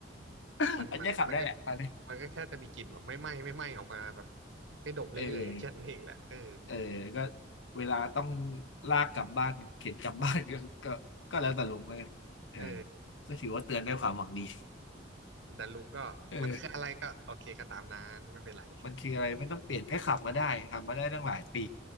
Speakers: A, on the left; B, on the right.
A: <laughs>
B: มันมันมันก็
A: อันนี้ขับได้แหละตอนนี้
B: มันก็แค่จะมีกลิ่นแบบไม่ไหม้ไม่ไหม้ออกมาแบบให้ดมเรื่อยๆอะแค่นั้นเองแหละเออ
A: เออ เออก็เวลาต้องลากกลับบ้านเข็นกลับบ้านก็ <laughs> ก็ก็แล้วแต่ลุงเลยวันเออ
B: เออ
A: ก็ถือว่าเตือนด้วยความหวังดี
B: แต่ลุงก็มันคืออะไรก็โอเคก็ตามนั้นไม่เป็นไร
A: <laughs> เออมันคืออะไรไม่ต้องเปลี่ยนแค่ขับมาได้ขับมาได้ตั้งหลายปี